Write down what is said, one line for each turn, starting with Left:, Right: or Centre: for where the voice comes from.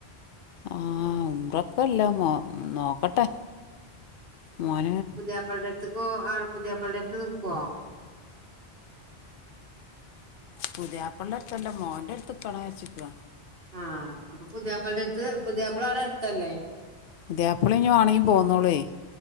Left: ആ ഉംറക്കല്ല നോ നോക്കട്ടെ പോവാൻ.
Right: പുതിയാപ്പള്ളിന്റെ അടുത്തുക്കോ ആടെ പുതിയാപ്പള്ളിന്റെ അടുത്ത് നിക്കോ?
Left: പുതിയാപ്പള്ളന്റെ അടുത്തല്ല മോന്റെ അടുത്ത് നിക്കണം വിചാരിച്ചുക്കുവാ.
Right: ആ അപ്പൊ പുതിയാപ്പിളന്റെ അടുത്ത് പുതിയയാപ്പിള ആടെ അടുത്തല്ലേ.
Left: പുതിയാപ്പള ഇനി വാണെങ്കി പോന്നോളേ